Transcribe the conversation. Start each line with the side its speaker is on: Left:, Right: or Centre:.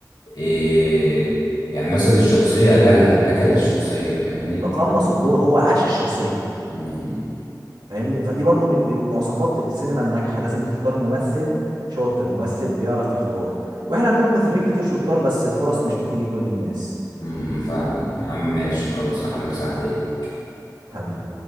Left: إيه يعني مسك الشخصية اكلها اكل الشخصية فاهمني
Right: تقمص الدور هو عاش الشخصيه
Left: امم
Right: فاهمني فدي برضو من من مواصفات السينما الناجحه لازم تختار ممثل شاطر ممثل بيعرف يختار واحنا عندنا ممثلين كتير شطار بس الفرص مش بتيجي لكل الناس
Left: امم فاهمك فاهم. يا عم ماشي خلص احنا مسا عليك
Right: حبيبي